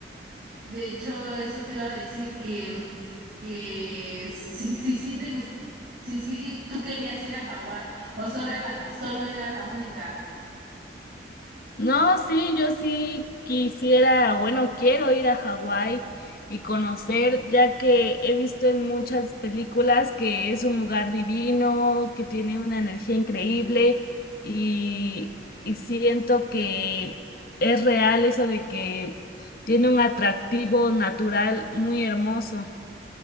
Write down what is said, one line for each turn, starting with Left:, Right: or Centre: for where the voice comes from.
Right: De hecho, eso te iba a decir que, que si, si, sí te gust- si, sí tú querías ir a Hawái o solo era la, solo era la única.
Left: No, sí, yo sí quisiera, bueno, quiero ir a Hawái y conocer, ya que he visto en muchas películas que es un lugar divino, que tiene una energía increíble y, y siento que es real eso de que tiene un atractivo natural muy hermoso.